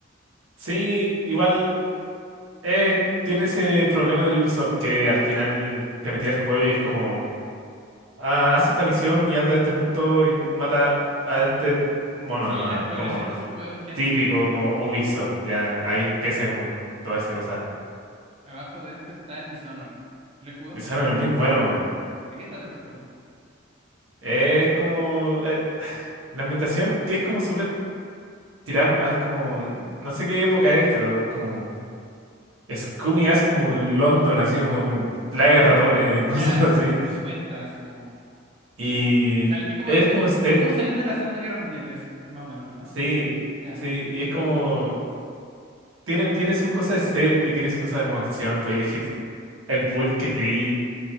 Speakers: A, on the right; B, on the right.
A: Sí, igual eh, tiene ese problema de Ubisoft que al final te metía al juego y es como, ah, haz esta misión y anda a este punto y mata a este mono
B: Sí,
A: nomás.
B: la progresión
A: Es Como,
B: de esos juegos que hace
A: típico
B: Ubisoft.
A: como Ubisoft,
B: Sí,
A: ya ahí empieza como toda esa cosa.
B: abajo de este está el Dishonored. ¿Lo he jugado?
A: Dishonored es muy bueno.
B: ¿De qué trata este juego?
A: Es como eh, <sighs> la ambientación que es como súper tirada, como no sé qué época es, pero es como Scooby es como London, así como con plaga de ratones
B: Oh,
A: y <laughs> cosas
B: Ya es
A: así.
B: como 50 así como,
A: Y
B: como, sali- es como,
A: es
B: es como,
A: como stealth,
B: es como saliendo de la Segunda Guerra Mundial, es eh, más o menos, ¿verdad?
A: sí,
B: Ya.
A: sí, y es como tiene tiene sus cosas stealth y tiene sus cosas como acción, puedes elegir el build que querís